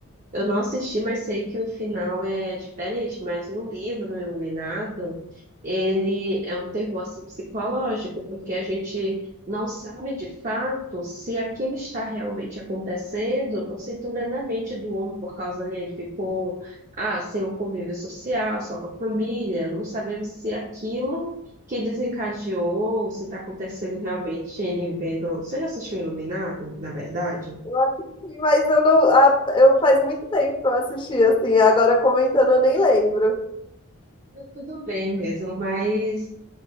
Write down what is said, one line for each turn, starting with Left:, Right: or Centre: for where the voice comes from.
Right: Eu não assisti, mas sei que o final é diferente. Mas no livro Iluminado, ele é um terror assim, psicológico, porque a gente não sabe de fato se aquilo está realmente acontecendo ou se tudo é na mente do homem, por causa dele ele ficou ah, sem o convívio social, só com a família. Não sabemos se aquilo que desencadeou, se está acontecendo realmente ele vendo. Você já assistiu Iluminado, na verdade?
Left: Eu assisti, mas eu não, ah, eu faz muito tempo que eu assisti, assim, agora comentando eu nem lembro.
Right: Tudo bem mesmo, mas